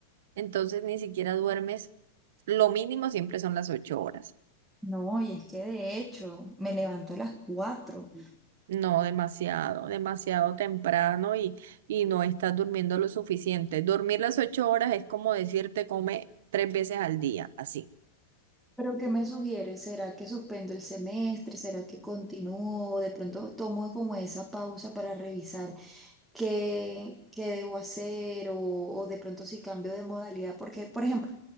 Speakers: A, on the right; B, in the centre.
A: entonces ni siquiera duermes, lo mínimo siempre son las 8 horas.
B: No, y es que de hecho me levanto a las cuatro
A: No, demasiado, demasiado temprano y, y no estás durmiendo lo suficiente. Dormir las ocho horas es como decirte come tres veces al día, así.
B: ¿Pero qué me sugieres ¿Será que suspendo el semestre? ¿Será que continúo? ¿De pronto tomo como esa pausa para revisar qué, qué debo hacer o, o de pronto si cambio de modalidad. Porque, por ejemplo,